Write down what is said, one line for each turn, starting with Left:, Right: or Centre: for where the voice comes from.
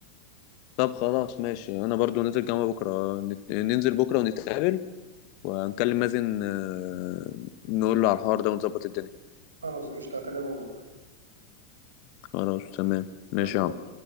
Left: طب خلاص ماشي انا برضو نازل جامعة بكرة نت- ننزل بكرة ونتقابل ونكلم مازن آه، نقول له على الحوار ده ونظبط الدنيا
Right: خلاص قشطه هكلمك بكره
Left: خلاص تمام
Right: يلا
Left: ماشي يا
Right: باي
Left: عم